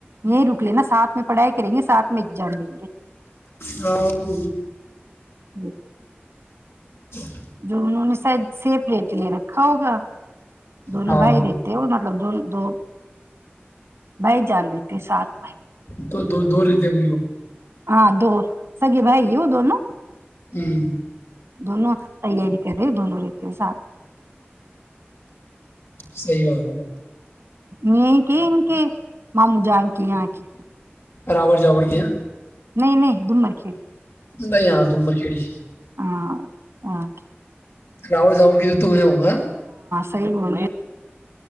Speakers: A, on the right (about 85°); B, on the left (about 75°).
A: یہیں رک لینا ساتھ میں پڑھائی کریں گے ساتھ میں ایگزام دیں
B: ہاں وہ ج
A: گے
B: <inaudible>
A: جو انہوں نے شاید سے پلیٹ لے رکھا ہوگا دونوں
B: ہاں
A: باہر دیتے وہ مطلب دون دو بھائی جان لیتے سات میںائی
B: تو دو دوور ریتے ہم گ
A: ہاں دو سگی بھائی ا دو ن
B: ہوں
A: دونوں تیاری کر رے دونوں ایکتے سات
B: صحیح بات
A: یہ کہ ان کے ماموں جان کے یہاں کے
B: راوڑ جاوڑ کیا
A: نہیں نہیں دمبر کھیڑ
B: گائی ہاں ڈومر کڑی
A: ہاں ااں
B: راڑ جاوڑ کی جو تمہ ہوگا
A: س ہو